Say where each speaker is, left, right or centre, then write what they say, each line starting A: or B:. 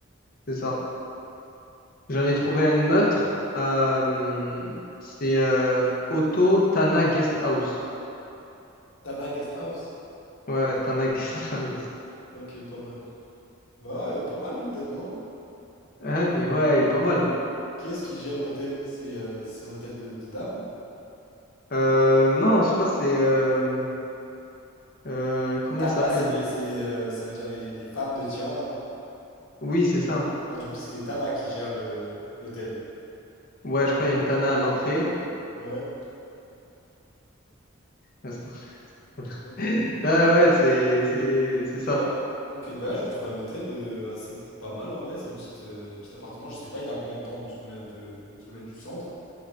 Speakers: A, on the left; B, on the left.
A: C'est ça. J'en ai trouvé un autre. euh, c'est euh, Otto Tana Guest House.
B: Tana Guest House.
A: Ouais, Tana <laughs> Guest House.
B: Ok, pas mal. Bah ouais, pas mal l'hôtel, non?
A: Hein Et <laughs> ouais, il est pas mal.
B: Qui est-ce qui gère l'hôtel? C'est euh, c'est un hôtel de, de dames?
A: Euh, non, je crois que c'est. euh, euh, comment
B: Tana,
A: elle s'appelle?
B: c'est les, c'est les, euh, ça veut dire les, les femmes de Tirana.
A: Oui, c'est ça.
B: Ah, du coup, c'est des Tana qui gèrent le, l'hôtel.
A: Ouais, je crois qu'il y a une Tana à l'entrée.
B: Ouais,
A: <laughs> <laughs>
B: ok.
A: Ah ouais, c'est, c'est, c'est ça.
B: Ouais. Ok, bah je vais trouver un hôtel euh, assez pas mal en vrai. C'est un petit, euh, petit appartement. Je sais pas, il a combien de temps, combien de kilomètres du centre.